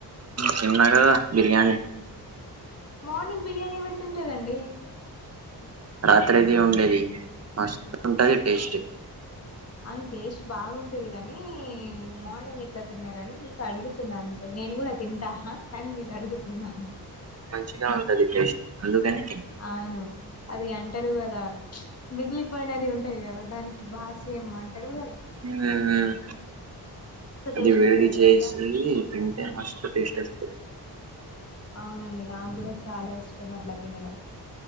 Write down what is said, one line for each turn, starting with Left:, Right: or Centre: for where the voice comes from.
Right: తిన్నా కదా బిర్యానీ
Left: మార్నింగ్ బిర్యానీ ఎవర్ తింటరండి.
Right: రాత్రిది ఉండేది మస్తుంటది టేస్ట్
Left: అవున్ టేస్ట్ బాగుంటది గనీ మార్నింగ్ ఎట్ల తిన్నరని మీక్ అడుగుతున్నా అంతే నేను గుడా తింటా కానీ మీకు అడుగుతున్నా
Right: మంచిగా ఉంటది టేస్ట్ అందుకనే
Left: అవును అది అంటరు గదా మిగిలిపోయినది ఉంటయి కదా దానికి బాస ఏమో అంటరు గదా
Right: మ్ అది
Left: టేస్ట్
Right: వేడి
Left: ఉంటది
Right: చేసి
Left: తెలుసా
Right: తింటే మస్త్ టేస్ట్ వస్తది.
Left: అవునండి నాక్ గుడా చాలా ఇష్టం అట్ల తినడం.